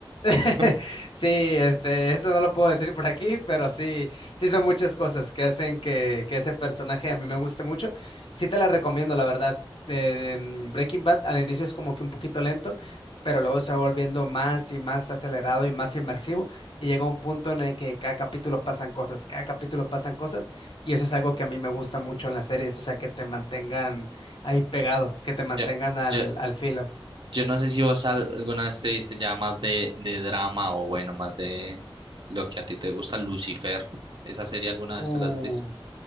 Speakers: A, on the left; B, on the right.
A: <laughs>
B: <laughs>
A: Sí, este, eso no lo puedo decir por aquí, pero sí, sí son muchas cosas que hacen que, que ese personaje a mí me guste mucho. Sí te la recomiendo, la verdad. Eh, mm, Breaking Bad al inicio es como que un poquito lento, pero luego se va volviendo más y más acelerado y más inmersivo y llega un punto en el que cada capítulo pasan cosas, cada capítulo pasan cosas y eso es algo que a mí me gusta mucho en las series, o sea, que te mantengan ahí pegado, que te mantengan
B: Ya-
A: al,
B: Yo,
A: al filo.
B: yo no sé si vos al- alguna vez te viste ya más de, de drama o bueno, más de lo que a ti te gusta, Lucifer. ¿Esa serie alguna
A: Uh.
B: vez te la has visto?